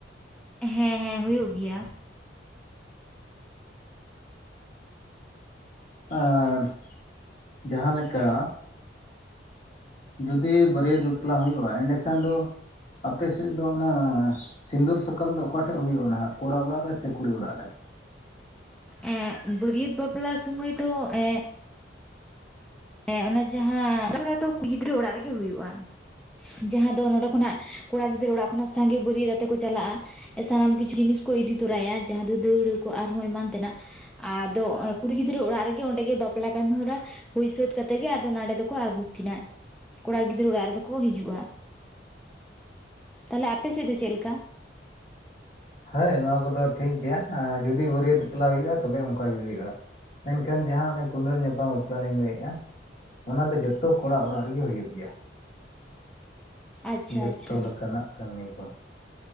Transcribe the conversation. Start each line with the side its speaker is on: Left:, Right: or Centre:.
Centre: ᱦᱮᱸ ᱦᱮᱸ ᱦᱩᱭᱩᱜ ᱜᱮᱭᱟ ᱾
Left: ᱟᱨ ᱡᱟᱦᱟᱸ ᱞᱮᱠᱟ ᱡᱩᱫᱤ ᱵᱟᱹᱨᱭᱟᱹᱛ ᱵᱟᱯᱞᱟ ᱦᱩᱭᱩᱜ-ᱟ, ᱮᱸᱰᱮᱠᱷᱟᱱ ᱫᱚ ᱟᱯᱮ ᱥᱮᱫ ᱫᱚ ᱚᱱᱟ ᱥᱤᱸᱫᱩᱨ ᱥᱟᱠᱟᱢ ᱫᱚ ᱚᱠᱟ ᱴᱷᱮᱡ ᱦᱩᱭᱩᱜ-ᱟ ᱱᱟᱦᱟᱜ? ᱠᱚᱲᱟ ᱚᱲᱟᱜ ᱨᱮ ᱥᱮ ᱠᱩᱲᱤ ᱚᱲᱟᱜ ᱨᱮ?
Centre: ᱮᱸᱜ ᱵᱟᱹᱨᱭᱟᱹᱛ ᱵᱟᱯᱞᱟ ᱥᱚᱢᱚᱭ ᱫᱚ ᱮᱻ ᱦᱮᱸ ᱚᱱᱟ ᱡᱟᱦᱟᱸ <inaudible> ᱫᱚ ᱠᱩᱲᱤ ᱜᱤᱫᱽᱨᱟᱹ ᱚᱲᱟᱜ ᱨᱮᱜᱮ ᱦᱩᱭᱩᱜ-ᱟ ᱾ ᱡᱟᱦᱟᱸ ᱫᱚ ᱱᱚᱰᱮ ᱠᱷᱚᱱᱟᱜ ᱠᱚᱲᱟ ᱜᱤᱫᱽᱨᱟᱹ ᱚᱲᱟᱜ ᱠᱷᱚᱱᱟᱜ ᱥᱟᱸᱜᱮ ᱵᱟᱹᱨᱭᱟᱹᱛ ᱟᱛᱮ ᱠᱚ ᱪᱟᱞᱟᱜ-ᱟ ᱾ ᱥᱟᱱᱟᱢ ᱠᱤᱪᱷᱩ ᱡᱤᱱᱤᱥ ᱠᱚ ᱤᱫᱤ ᱛᱚᱨᱟᱭᱟ ᱡᱟᱦᱟᱸ ᱫᱚ ᱫᱟᱹᱣᱲᱟᱹ ᱠᱚ ᱟᱨᱦᱚᱸ ᱮᱢᱟᱱ ᱛᱮᱱᱟᱜ ᱾ ᱟᱫᱚ ᱠᱩᱲᱤ ᱜᱤᱫᱽᱨᱟᱹ ᱚᱲᱟᱜ ᱨᱮᱜᱮ ᱚᱸᱰᱮ ᱜᱮ ᱵᱟᱯᱞᱟ ᱠᱟᱹᱢᱤ ᱦᱚᱨᱟ ᱦᱩᱭ ᱥᱟᱹᱛ ᱠᱟᱛᱮ ᱜᱮ ᱟᱫᱚ ᱱᱟᱸᱰᱮ ᱫᱚᱠᱚ ᱟᱹᱜᱩ ᱠᱤᱱᱟ ᱠᱚᱲᱟ ᱜᱤᱫᱽᱨᱟᱹ ᱚᱲᱟᱜ ᱨᱮᱫᱚ ᱠᱚ ᱦᱤᱡᱩᱜ-ᱟ ᱾ ᱛᱟᱦᱚᱞᱮ ᱟᱯᱮ ᱥᱮᱫ ᱫᱚ ᱪᱮᱞᱠᱟ?
Left: ᱦᱮᱸ ᱱᱚᱣᱟ ᱠᱚᱫᱚ ᱴᱷᱤᱠ ᱜᱮᱭᱟ ᱮ ᱡᱩᱫᱤ ᱵᱟᱹᱨᱭᱟᱹᱛ ᱵᱟᱯᱞᱟ ᱦᱩᱭᱩᱜ-ᱟ ᱛᱚᱵᱮ ᱚᱱᱠᱟ ᱜᱮ ᱦᱩᱭᱩᱜ-ᱟ ᱾ ᱢᱮᱱᱠᱷᱟᱱ ᱡᱟᱦᱟᱸ ᱚᱱᱮ ᱠᱩᱸᱰᱟᱹᱞ ᱧᱟᱯᱟᱢ ᱵᱟᱯᱞᱟ ᱞᱤᱧ ᱞᱟᱹᱭᱮᱜ-ᱟ ᱚᱱᱟ ᱫᱚ ᱡᱚᱛᱚ ᱠᱚᱲᱟ ᱚᱲᱟᱜ ᱨᱮᱜᱮ ᱦᱩᱭᱩᱜ ᱜᱮᱭᱟ ᱾
Centre: ᱟᱪᱪᱷᱟ
Left: ᱡᱚᱛᱚ
Centre: ᱟᱪᱪᱷᱟ
Left: ᱞᱮᱠᱟᱱᱟᱜ ᱠᱟᱹᱢᱤ ᱠᱚ᱾